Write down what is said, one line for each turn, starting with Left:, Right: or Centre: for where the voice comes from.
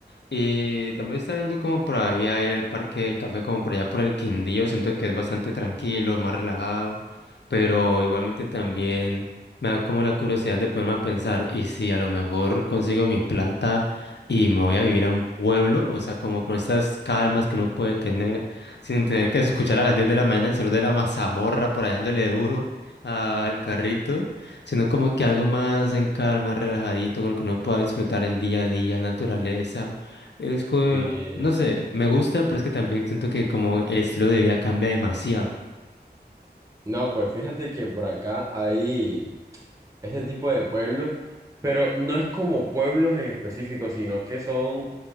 Left: Y también está viendo como por ahí a ir al parque del café, como por allá por el Quindío, siento que es bastante tranquilo, más relajado, pero igualmente también me da como la curiosidad de ponerme a pensar, y si a lo mejor consigo mi plata y me voy a vivir a un pueblo, o sea, como con estas calmas que uno puede tener, sin tener que escuchar a las 10 de la mañana el señor de la mazamorra por allá dándole duro al carrito sino como que algo más en calma, relajadito, con lo que uno pueda disfrutar el día a día, naturaleza. Es que,
Right: Sí.
Left: no sé, me gusta, pero es que también siento que como el estilo de vida cambia demasiado.
Right: No, pues fíjate que por acá hay ese tipo de pueblos, pero no es como pueblos en específico, sino que son